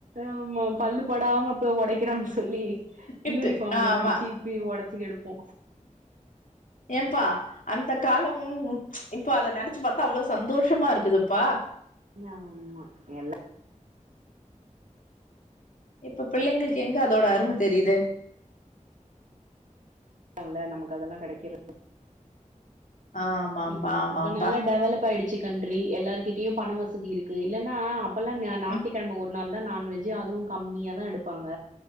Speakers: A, on the right; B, on the left.
A: ஆமா பல்லுபடாம ப்ப ஒடைக்கிறோன் சொல்லி
B: இட்டு
A: யூனிஃபாம்ல
B: ஆமா
A: மடி இ ஒடச்சு எடுப்போ
B: ஏம்பா அந்த காலம் இப்ப அத நெனைச்சு பாத்தா அவ்ளோ சந்தோஷமா இருக்குதுப்பா
A: ஆமா எல்லா
B: இப்ப பிள்ளைங்களுக்கு எங்க அதோட அரும தெரிது
A: அவ்ல நமக்கு அதெல்லா கெடைக்கிறது
B: ஆமாம்ப்பா
A: இப்
B: ஆமாம்ப்பா
A: இப்ப நல்லா டெவலப் ஆயிடுச்சி ச்சிகண்ட்ரி எல்லாருகிட்டையு பண வசதி இருக்கு இல்லன்னா அப்பெல்லா ஞாத்திக்கிழமை
B: ம்
A: ஒரு நாள் நான்வெஜ் அதுவு கம்மியா தா எடுப்பாங்க